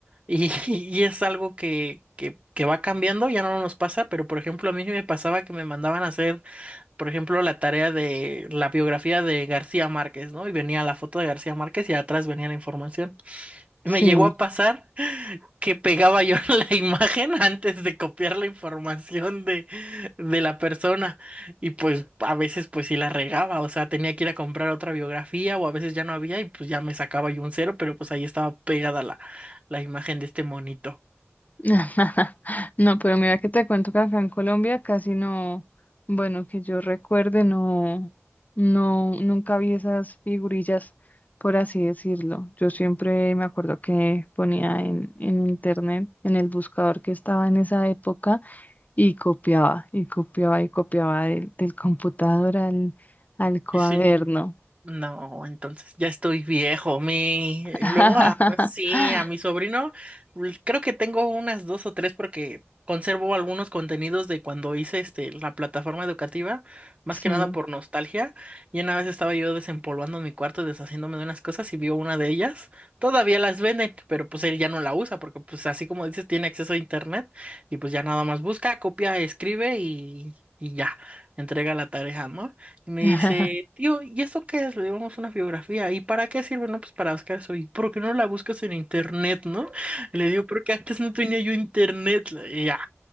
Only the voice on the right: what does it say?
Y, <laughs> y es algo que, que, que va cambiando, ya no nos pasa, pero por ejemplo, a mí me pasaba que me mandaban a hacer, por ejemplo, la tarea de la biografía de García Márquez, ¿no? Y venía la foto de García Márquez y atrás venía la información. Me
llegó a pasar que pegaba yo <laughs> la imagen antes de copiar la información de, de la persona y pues a veces pues sí la regaba, o sea, tenía que ir a comprar otra biografía o a veces ya no había y pues ya me sacaba yo un cero, pero pues ahí estaba pegada la, la imagen de este monito.
Sí, sí. No, entonces ya estoy viejo. Mi,
luego a, pues sí, a mi sobrino, l- creo que tengo unas dos o tres porque conservo algunos contenidos de cuando hice este la plataforma educativa, más
que nada por nostalgia. Y una vez estaba yo desempolvando mi cuarto y deshaciéndome de unas cosas y vio una de ellas. Todavía las venden, pero pues él ya no la usa porque pues así como dices, tiene acceso a internet y pues ya nada más busca, copia, escribe y, y ya, entrega la tarea, ¿no? Y me
dice, tío, ¿y eso qué es? Le digo, "Vamos, una biografía. ¿Y para qué sirve? No, pues para buscar eso. ¿Y por qué no la buscas en internet, no? Le digo, porque antes no tenía yo internet. Y ya,